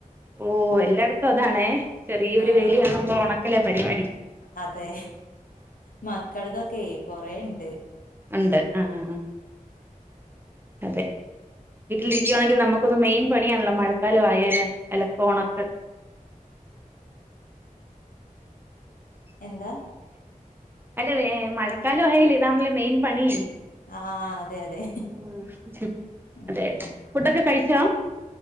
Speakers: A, on the right; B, on the left.
A: ഓഹ് എല്ലായിടത്തും അതാണ് ചെറിയ ഒരു
B: ആഹ്
A: വെയില് കാണുമ്പോ ഒണക്കല പരിപാടി
B: അതെ മക്കൾതെ ഒക്കെ കൊറേ ഇണ്ട്.
A: ആഹ് ആഹ് അതെ വീട്ടിലിരിക്കുവാണെങ്കി നമുക്കുള്ള മെയിൻ പണിയാണല്ലോ മഴക്കാലം ആയാല് അലക്ക, ഒണക്ക്
B: എന്താ?
A: അല്ല മഴക്കാലം ആയാലെ ഇതാണല്ലോ മെയിൻ പണീന്ന്?
B: ആഹ് അതെ അതെ
A: <unintelligible>
B: ഉം
A: അതെ ഫുഡൊക്കെ കഴിച്ചോ?